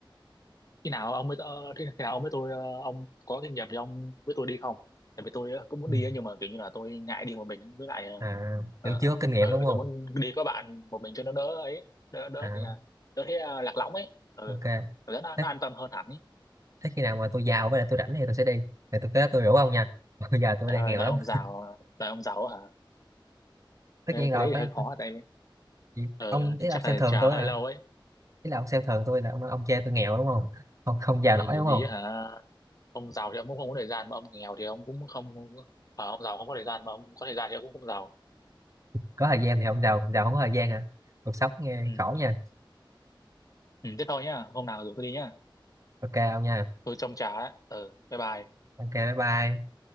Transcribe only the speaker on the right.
ừ.
à kiểu
chưa có kinh nghiệm
đúng không
à
ok
thế,
thế khi nào mà tôi giàu với lại tôi rảnh thì tôi sẽ đi thì tôi kế tôi rủ ông nha <laughs> bây giờ tôi
đang
nghèo
lắm
tất
nhiên rồi
phải
chị-
ông ý
là
ông xem
thường
tôi
hả
ý là ông xem thường tôi là ông nói ông cha tôi nghèo đúng không không không giàu
nổi
đúng
không
có thời gian thì ông giàu còn giàu không có thời gian hả cuộc sống nghe
khổ nha
ok ông nha
ok bye bye